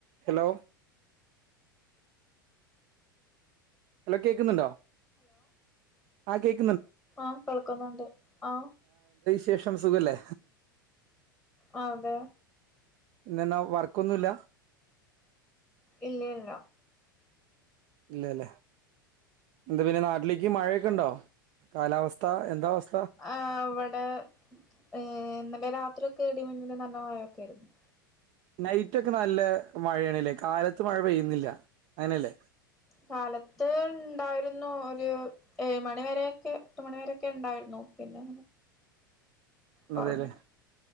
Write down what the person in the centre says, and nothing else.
ആകേൾക്കുന്നുണ്ട് ആ
ആ അതെ
ഇല്ല ഇല്ല
ആ അവിടെ ഏ നല്ല ഇവിടൊക്കെ ഇടിമിന്നലും നല്ല മഴയൊക്കെ ആയിരുന്ന്
കാലത്ത് ഉണ്ടായിരുന്നു ഒരു ഏഴ് മണിവരൊക്ക എട്ട് മണിവരെ ഒക്കെ ഉണ്ടായിരുന്നു പിന്നെ കുറഞ്ഞു